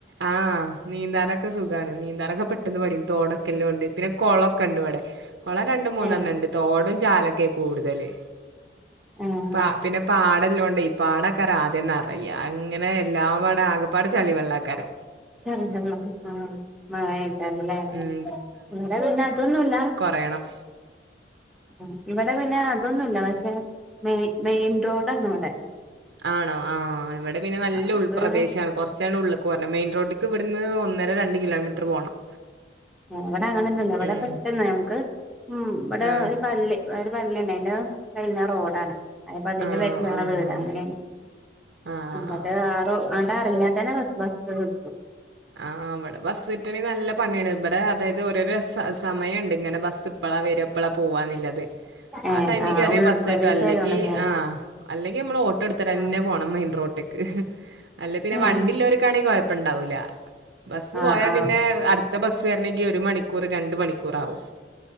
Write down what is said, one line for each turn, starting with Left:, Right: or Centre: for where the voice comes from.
Right: ആഹ് നീന്താനൊക്ക സുഖാണ്. നീന്താനൊക്ക പെട്ടെന്ന് പഠിയും. തോടൊക്കെ ഇല്ലോണ്ട്. പിന്നെ കൊളൊക്കണ്ട് വ്ടെ. കൊളം രണ്ട് മൂന്നെണ്ണണ്ട്
Centre: ഏഹ്
Right: തോടും ചാലൊക്കെ കൂടുതല്
Centre: ആഹ്
Right: പ പിന്നെ പാടല്ലോ ണ്ടേ ഈ പാടക്കാര ആദ്യം നറയ്യാ അങ്ങനെ എല്ലാംപാടെ ആകെപ്പാടെ ചളിവെള്ളക്കാരം.
Centre: ചളി വെള്ളം ആഹ് മഴെയ്താല് ല്ലേ
Right: ഉം
Centre: ഇവിടെ പിന്നെ അതൊന്നുല്ല.
Right: പറയണം.
Centre: ഉം ഇവടെ പിന്നെ അതൊന്നുല്ല. പക്ഷെ മെയ് മെയിൻ റോഡാന്ന് വടെ.
Right: ആണോ ആഹ് ഇവടെ പിന്നെ നല്ല
Centre: അപ്പൊ
Right: ഉൾപ്രദേശാണ്
Centre: പിന്നെ
Right: കുറച്ചങ്ങട് ഉള്ള്ക്കൊരണം മെയിൻ റോഡി ക്ക് ഇവട്ന്ന് ഒന്നര രണ്ട് കിലോമീറ്റർ പോണം.
Centre: ഉം വടെ അങ്ങനൊന്നുല്ല ഇവടെ
Right: ഉം
Centre: പെട്ടെന്ന് ഞമുക്ക് ഉം വടെ
Right: ആഹ്
Centre: ഒരു പള്ളി പ്പരു പള്ളിണ് അയ്ന്റെ കഴിഞ്ഞ റോഡാണ്. അയ് പള്ളിന്റെ
Right: ആണോ
Centre: ബാക്കില് ഞങ്ങളെ
Right: ആഹ്
Centre: വീട് അങ്ങനെണ്
Right: ആഹ്
Centre: അന്നിട്ട് ആ റോ ആ ഇറങ്ങ്യത്തന്നെ ബസ് ബസ്സ് കിട്ടു.
Right: ആഹ് വെടെ ബസ്സിട്ടണെ നല്ല പണിയാണ് ബ ടെ അതായത് ഓരോരോ സ സമയണ്ട് ഇങ്ങനെ ബസ്സ് പ്പളാ വരാ പ്പളാ പോവാന്നിലത്.
Centre: ഏഹ്
Right: ആ ടൈമി
Centre: ആഹ്
Right: കേറ്യ
Centre: ഉൾപ്രദേശം
Right: ബസ്സിട്ടു അല്ലെങ്കി
Centre: ആയതോണ്ടല്ലേ
Right: ആഹ് അല്ലെങ്കി അമ്മള് ഓട്ടോ എടുത്ത്ടെന്നെ
Centre: ആഹ്
Right: പോണം. മെയിൻ റോട്ട് അല്ലെ പിന്നെ
Centre: ഏഹ്
Right: വണ്ടില്ലോർക്കാണെ കുഴപ്പണ്ടാവൂല. ബസ്
Centre: ആഹ്
Right: പോയാ
Centre: ആഹ്
Right: പിന്നെ അട് ത്ത ബസ് വരണങ്കി ഒരു മണിക്കൂർ രണ്ട് മണിക്കൂറാവും.